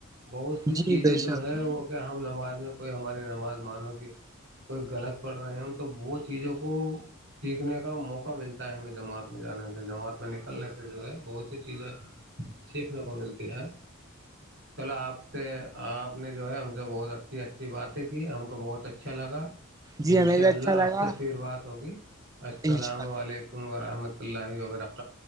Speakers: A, on the right (about 60°); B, on the right (about 15°).
A: بہت سی
B: جی
A: چیزیں
B: بے
A: جو
B: شک
A: ہے وہ کیا ہم نماز میں کوئی ہماری نماز مانو کہ کوئی غلط پڑھ رہے ہیں ہم تو وہ چیزوں کو سیکھنے کا موقع ملتا ہے ہمیں جماعت میں جانے کا جماعت میں نکلنے سے جو ہے بہت سی چیزیں سیکھنے کو ملتی ہے پل آپ سے آپ نے جو ہے ہم سے بہت اچھی اچھی باتیں کی ہم کو کو بہت اچھا لگا
B: جی
A: انشاء
B: ہمیں بھی
A: اللہ
B: اچھا لگا
A: آپ سے پھر بات ہوگی السلام
B: انشاء
A: علیکم ورحمۃ وحمۃ اللہ وبرکہ